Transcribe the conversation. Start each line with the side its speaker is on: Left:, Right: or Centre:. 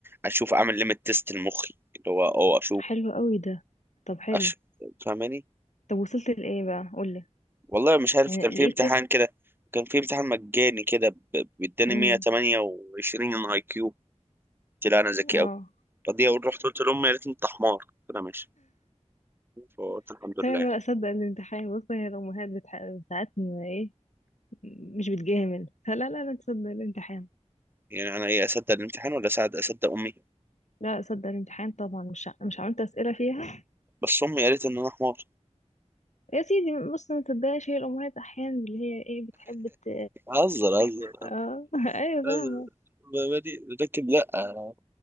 Right: اشوف اعمل ليميت تيست لمخي اللي هو اه اشوف
Left: حلو قوي ده طب حلو
Right: أش... فاهماني
Left: طب وصلت لإيه بقى قولي
Right: والله مش عارف
Left: يعني
Right: كان في
Left: لقيت
Right: امتحان
Left: تيست
Right: كده كان في امتحان مجاني كده ب- بيداني
Left: امم
Right: 128 اي كيو قلت لا انا ذكي
Left: اه
Right: قوي فدي أقول- رحت قلت لهم يا ريت انت حمار قلت لها ماشي فقلت الحمد
Left: لا
Right: لله
Left: لا لا صدق الامتحان بص هي الأمهات بتح... ساعات ما إيه مش بتجامل فلا لا لا تصدق الامتحان
Right: يعني انا ايه اصدق الامتحان ولا اساعد اصدق امي
Left: لا صدق الامتحان طبعا مش ع- مش عملت أسئلة فيها
Right: بس امي قالت ان انا حمار
Left: يا سيدي بص ما تصدقش هي الأمهات أحيانا اللي هي إيه بتحب ت...
Right: هزر هزر
Left: اه <laughs> أيوة
Right: هزر
Left: فاهمة
Right: ما- ما دي- لكن لا أنا-